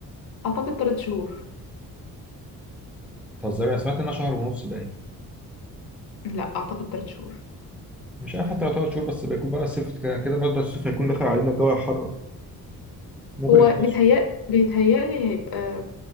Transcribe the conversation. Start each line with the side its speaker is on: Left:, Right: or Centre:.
Left: اعتقد تلات شهور
Centre: بتهزري انا سمعت انها شهر ونص بقى
Left: لا اعتقد تلات شهور
Centre: مش عارف حتى لو تلات شهور بس بيكون بقى الصيف ك- كده برضه الصيف هيكون دخل علينا الجو هيحرر ممكن
Left: هو
Centre: يختصوا
Left: بيتهيأ بيتهيألي هيبقى